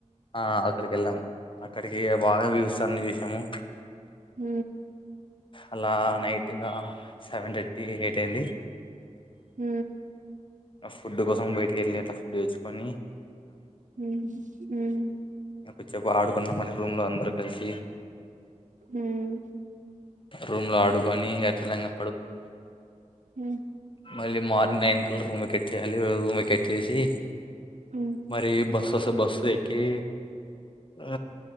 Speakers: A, on the left (about 45°); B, on the right (about 85°).
A: ఆ అక్కడికి వెళ్ళాము అక్కడికి బాగా వ్యూస్ అన్ని చూసాము
B: హ
A: అలా నైట్గా సెవెన్ థర్టీ ఎయిట్ అయింది
B: హ
A: ఫుడ్ కోసం బయటిక వెళ్ళి అట్లా ఫుడ్ వచ్చుకొని
B: హ హమ్
A: అ చెపు ఆడుకున్నా మ రూమ్ లో అందరు కలిసి
B: హ్మ్.
A: రూమ్ లో ఆడుకొని గరిలంగా
B: అ
A: మల్లి మార్నింగ్ నైన్ మట్ చేయాలి ఉమె కట్ చేేసి
B: హ్మ్.
A: మరి బస్ తస బస్సెక్కి ఆ